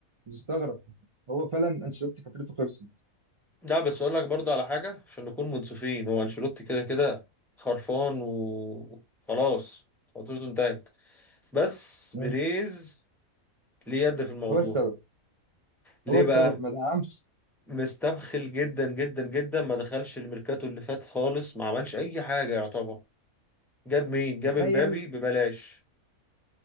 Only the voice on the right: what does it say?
مستغرب هو فعلا انشيلوتي فترته خلصت
مم.
هو السبب
هو السبب
ما دعمش
تخيل